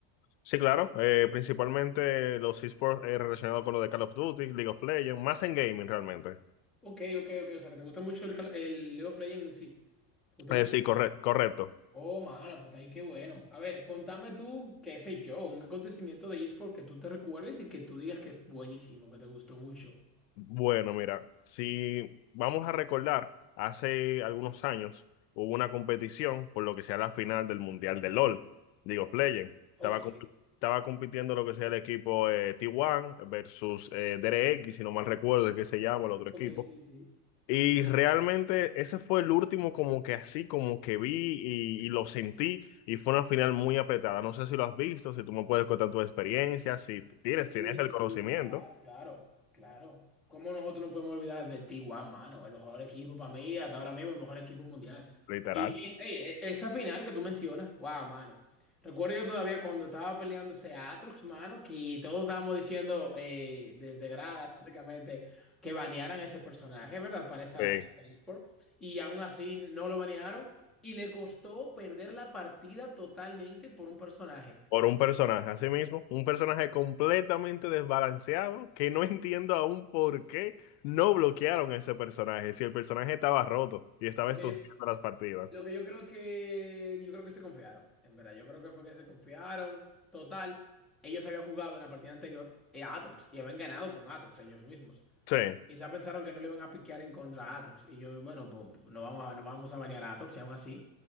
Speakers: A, on the left; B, in the centre.
A: sí, claro, eh, principalmente los esports eh, relacionados con lo de Call of Duty, League of Legends, más en gaming realmente.
B: Ok, ok, ok, o sea, que te gusta mucho el, cal- el League of Legends en sí. ¿Te gusta
A: Eh,
B: mucho?
A: sí, corre- correcto.
B: Oh, mano, pues ahí qué bueno. A ver, contame tú, qué sé yo, un acontecimiento de eSport que tú te recuerdes y que tú digas que es buenísimo, que te gustó mucho.
A: Bueno, mira, si vamos a recordar, hace algunos años hubo una competición por lo que sea la final del Mundial de LOL, League of Legends. Estaba,
B: Ok,
A: comp- estaba compitiendo lo que sea el equipo eh, T1 versus eh, DRX, si no mal recuerdo, es que se llama el otro
B: ok,
A: equipo.
B: sí, sí.
A: Y realmente ese fue el último como que así, como que vi y, y lo sentí y fue una final muy apretada. No sé si lo has visto, si tú me puedes contar tu experiencia, si tienes,
B: Sí,
A: tienes
B: sí,
A: el conocimiento,
B: claro, claro, claro. ¿Cómo nosotros no podemos olvidar de T1, mano? El mejor equipo para mí, hasta ahora mismo, el mejor equipo mundial.
A: literal,
B: Y bien, ey, e- esa final que tú mencionas, wow, mano. Recuerdo yo todavía cuando estaba peleando ese Atrox, mano, que todos estábamos diciendo eh, desde grada, básicamente, que banearan ese personaje, ¿verdad? Para esa,
A: eh,
B: para esa eSport. Y aún así no lo banearon y le costó perder la partida totalmente por un personaje.
A: por un personaje, así mismo, un personaje completamente desbalanceado que no <laughs> entiendo aún por qué no bloquearon a ese personaje, si el personaje estaba roto y estaba
B: Porque
A: estos
B: yo
A: las partidas.
B: Lo que yo creo que yo creo que se confiaron, en verdad. Yo creo que fue que se confiaron. Total, ellos habían jugado en la partida anterior eh, a Atrox y habían ganado con Atrox ellos mismos.
A: Sí,
B: Quizá pensaron que no le iban a piquear en contra a Aatrox. Y yo, bueno, pues no vamos a, no vamos a banear a Atrox y aún así.